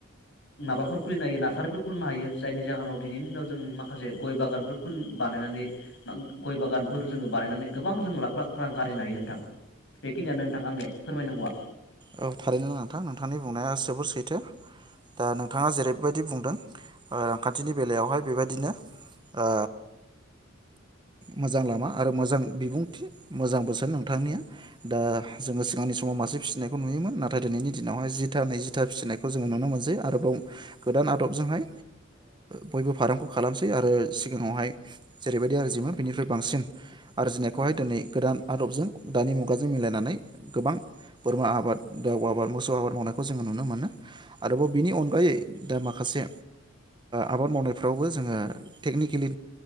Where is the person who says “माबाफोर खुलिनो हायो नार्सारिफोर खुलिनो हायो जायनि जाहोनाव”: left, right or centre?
Left